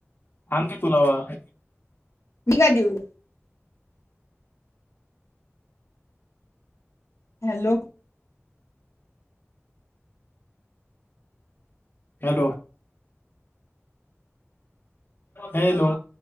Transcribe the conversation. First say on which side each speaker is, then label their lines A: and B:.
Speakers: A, on the left (about 45°); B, on the left (about 80°).
A: आन की पुरावा
B: मी का देऊ. हॅलो
A: हॅलो हॅलो